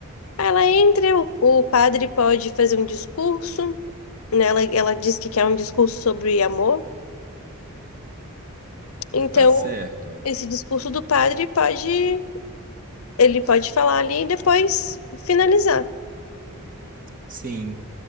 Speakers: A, on the left (about 70°); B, on the right (about 40°).
A: Aí Ela entra, o, o padre pode fazer um discurso, né? Ela, ela diz que quer um discurso sobre amor. Então,
B: Tá certo.
A: esse discurso do padre pode, ele pode falar ali e depois finalizar.
B: Sim.